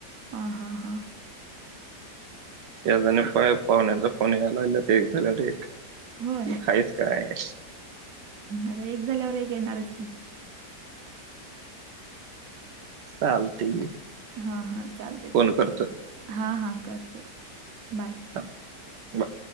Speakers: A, on the right; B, on the right.
A: हा हा हा.
B: त्या जणी पाय पाहुण्याचा फोन याय लागल्यात एक झाल्यावर एक.
A: होय.
B: आहेस काय?
A: आता एक झाल्यावर एक येणारच की.
B: चालतंय की.
A: हां हां चालतंय
B: फोन
A: चाल
B: करतो
A: हा हा कर कर, बाय.
B: हा बर